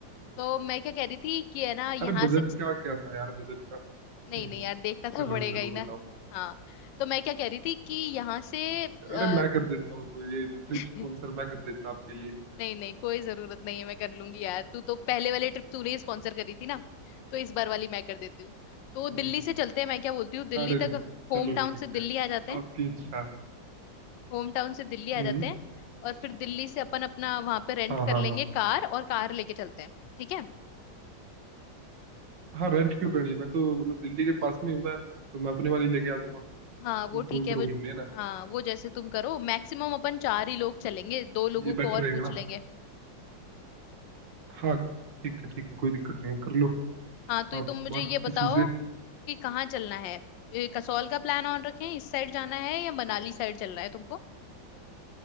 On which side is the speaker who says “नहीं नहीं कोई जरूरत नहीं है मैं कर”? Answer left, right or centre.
Left